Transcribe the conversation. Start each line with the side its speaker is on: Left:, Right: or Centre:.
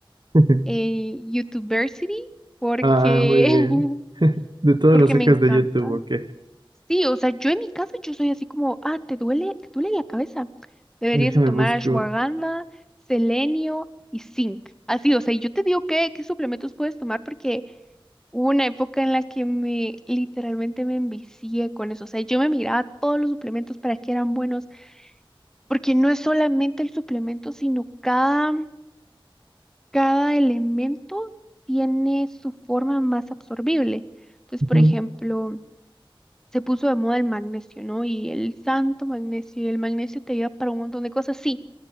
Right: <laughs>
Centre: en YouTubersity porque,
Right: Ah, muy bien.
Centre: <laughs>
Right: <laughs> De todo
Centre: porque
Right: lo sacas
Centre: me encanta.
Right: de YouTube, ok.
Centre: Sí, o sea, yo en mi casa yo soy así como, ah, ¿te duele? ¿Te duele la cabeza? Deberías
Right: Déjame
Centre: de tomar
Right: busco.
Centre: ashwagandha, selenio y zinc. Así, o sea, y yo te digo qué, qué suplementos puedes tomar porque hubo una época en la que me literalmente me envicié con eso. O sea, yo me miraba todos los suplementos para que eran buenos porque no es solamente el suplemento, sino cada, cada elemento tiene su forma más absorbible. Entonces,
Right: <laughs>
Centre: por ejemplo, se puso de moda el magnesio, ¿no? Y el santo magnesio, y el magnesio te ayuda para un montón de cosas, sí,